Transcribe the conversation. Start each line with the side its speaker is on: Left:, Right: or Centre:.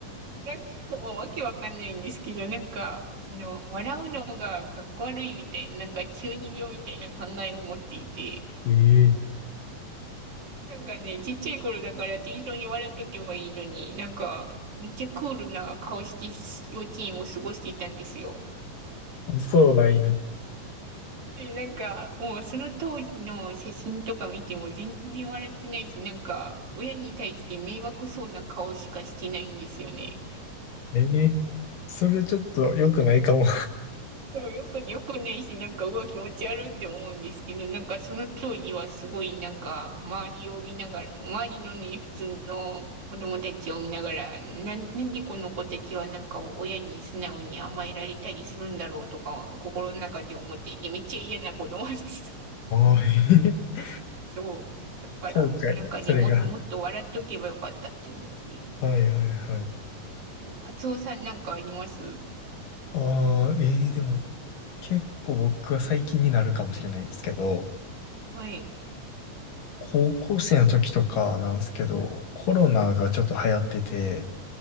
Right: なんか、もうわけわかんないんですけど、なんか、その、笑うのがかっこ悪いみたいな、なんか中二病みたいな考えを持っていて、
Left: うん。え
Right: なんかね、ちっちゃい頃だから適当に笑っとけばいいのに、なんか、めっちゃクールな顔して幼稚園を過ごしていたんですよ。
Left: えそうなんや。
Right: で、なんか、もうその当時の写真とか見ても全然笑ってないし、なんか、親に対して迷惑そうな顔しかしてないんですよね。
Left: ええそれちょっと良くないかも。
Right: そう、よく、よくねいし、なんか、うわ、気持ち悪いって思うんですけど、なんか、その当時はすごい、なんか、周りを見ながら、周りのね、普通の子供たちを見ながら、なん、なんでこの子たちは、なんか、親に素直に甘えられたりするんだろうとか、心の中で思っていて、めっちゃ嫌な子供でした。
Left: ああ、ええ
Right: <laughs> そう。だから、
Left: 後悔、
Right: なんかね、
Left: それが。
Right: も、もっと笑っとけばよかったって思って。
Left: はいはいはい。
Right: お、カツオさんなんかあります
Left: ああ、ええでも、結構僕は最近になるかもしれないんですけど、
Right: はい。
Left: 高校生の時とかなんですけど、コロナがちょっと流行ってて、
Right: はい。